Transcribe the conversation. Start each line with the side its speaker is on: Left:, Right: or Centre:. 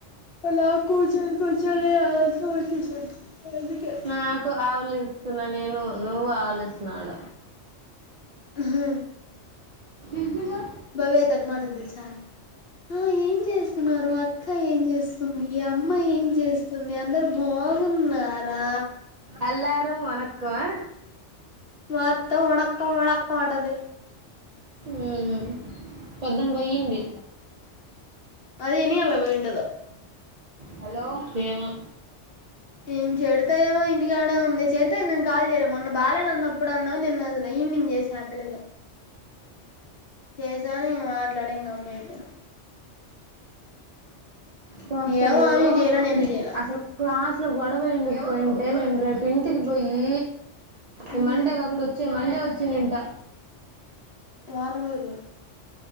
Left: అలా కూర్చొని కూర్చొని అదంతా వచ్చేసింది అందుకే
Right: నాకు ఆవలిస్ స్తున్నా నేను నువ్వు ఆవలిస్తున్నాడ
Left: అహా
Right: ఏవినా
Left: భవ్యతె ఎట్ల మాట్లాడితేలుసా ఆ ఏం చేస్తున్నారు. అక్క ఏం చేస్తుంది? అమ్మాయి ఏం చేస్తుంది? అందరు బా, బాగున్నారా?
Right: అల్లారం వనక్కం
Left: మొత్తం వణక్కం వణక్కం అంటంది.
Right: ఉమ్ పొద్దున్ పోయింది.
Left: అది ఇని ఇల వోయింటదో
Right: హలో ఏమో
Left: ఏం చెడతా ఏమో ఇప్ ఇంటికాడే ఉంది చేరితే నేను కాల్ చేయలే మొన్న బాలేను అన్నప్పుడు అన్నా నిన్న ఈవినింగ్ చేసా ఆపిల్లకి చేశాను మాట్లాడ ఇం గమ్మ్ అయిపోయిను.
Right: <unintelligible> సలు
Left: ఏమో ఆమె చేయలే నేను
Right: ఇది
Left: చేయలే
Right: అసలు క్లాస్ లో గొడవ ఎండుకుయింటే, నేను రేపు ఇంటికి పోయి
Left: ఉమ్
Right: ఈ మండేకాకుండా వచ్చే. మండే వచ్చి తింట
Left: వారంరోజులు